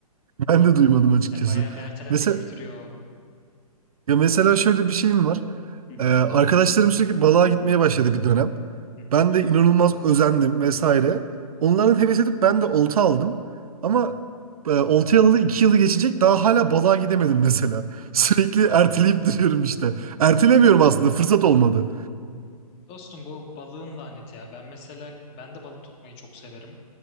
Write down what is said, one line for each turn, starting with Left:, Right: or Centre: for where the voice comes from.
Right: Ben de duymadım açıkçası.
Left: Yani bayağı bir ertelenecek
Right: Mesela
Left: gibi duruyor. o.
Right: Ya mesela şöyle bir şeyim var.
Left: Hı hı,
Right: Ee, arkadaşlarım sürekli balığa gitmeye başladı bir dönem.
Left: hı hı.
Right: Ben de inanılmaz özendim vesaire. Onların heves edip ben de olta aldım. Ama e, oltayı alalı iki yılı geçecek daha hala balığa gidemedim mesela. <laughs> Sürekli erteleyip duruyorum işte. Ertelemiyorum aslında fırsat olmadı.
Left: Dostum bu balığın laneti ya. Ben mesela ben de balık tutmayı çok severim.